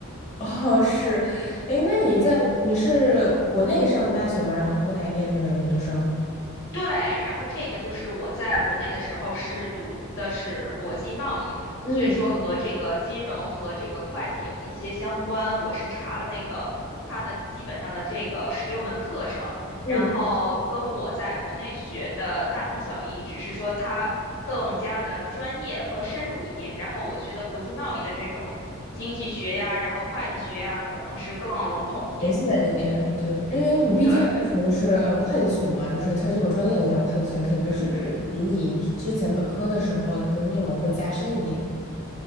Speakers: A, on the left (about 35°); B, on the left (about 60°).
A: <laughs> 哦，是，哎，那你在你是国内上的大学吗？
B: 嗯。
A: 然后过来念的研究生？
B: 对，然后这个就是我在国内的时候是读的是国际贸易，
A: 嗯
B: 所以说和这个金融和这个会计有一些相关。我是查了那个它的基本上的这个十六门课程，
A: 嗯，
B: 然后跟我在国内学的大同小异，只是说它更加的专业和深入一点。然后我学的国际贸易的这种经济学呀，然后会计学呀，可能是更笼统一点。
A: 联系人一点，嗯对，因为你毕竟是学的是呃会计学嘛，
B: 对，
A: 就是它这个专业叫会计学，肯定是会比你之之前本科的时候它的内容会加深一点，
B: 嗯。